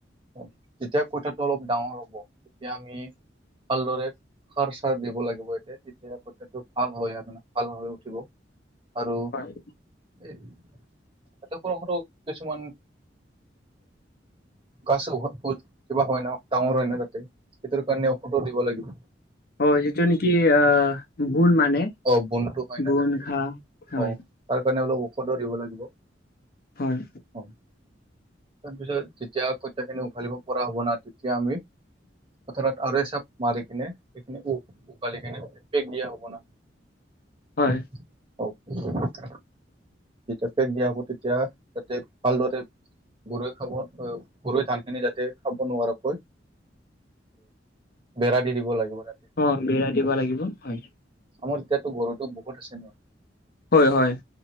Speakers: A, on the right; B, on the left.
A: তেতিয়া কঁঠালটো অলপ ডাঙৰ হ'ব এতিয়া আমি ভালদৰে সাৰ চাৰ দিব লাগিব তেতিয়া কঠিয়াটো ভাল হয় আৰুে ভাল হৈ উঠিব আৰু
B: হয়
A: এইটো সৰু সৰু কিছুমান গছ কিবা হয় ন ডাঙৰ হয় ন তাতে। সেইটোৰ কাৰণে কটো দিব লাগিব
B: অ যিটো নেকি অ গুণ মানে
A: অ বনটো হয় ন
B: গুণ
A: তাতে
B: ঘাঁহ হয়
A: অ তাৰ কাৰণে অলপ ঔষধো দিব লাগিব।
B: হয়।
A: অ তাৰপিছত যেতিয়া কঠিয়াখিনি উঘালিব পৰা হ'ব না তেতিয়া আমি পথাৰত আৰু এই চাপ মাৰি কিনে সেইখিনি উঘালী কিনে পেক দিয়া হ'ব না
B: হয়
A: <unintelligible> <inaudible> দিয়া হব তেতিয়া তাতে ভালদৰে গৰৈ খাব গৰৈ ধানখিনি যাতে খাব নোৱাৰাকৈ বেৰা দি দিব লাগিব তাতে
B: হয় বেৰা দিব লাগিব হয়
A: আমাৰ এতিয়াতো গৰুতো বহুত আছে ন?
B: হয় হয়।